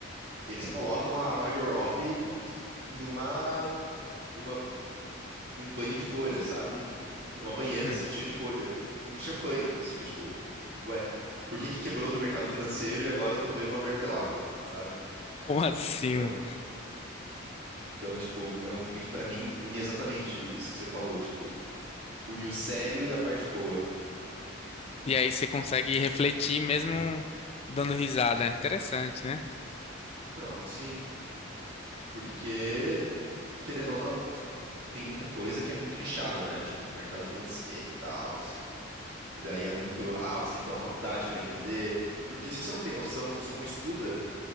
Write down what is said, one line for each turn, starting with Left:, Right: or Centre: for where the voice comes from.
Right: eles colocam a Margot Robbie numa numa num banho de bolha, sabe? Tipo, numa banheira
Left: Hum,
Right: assim, cheia de bolha, com champanhe. Então você fica tipo, ué, por que que quebrou do mercado financeiro e agora eu tô vendo uma mulher pelada, sabe?
Left: como assim?
Right: Então,
Left: mano?
Right: então, tipo, é um filme que pra mim une exatamente isso que você falou, tipo, une o sério e a parte boa.
Left: E aí você consegue refletir mesmo dando risada. Interessante, né?
Right: Então, sim, porque querendo ou não, tem muita coisa que é muito nichado, né? Tipo, mercado financeiro e tal. E daí é muito, ah, você tem que ter uma faculdade pra entender. Porque se você não tem noção, se você não estuda,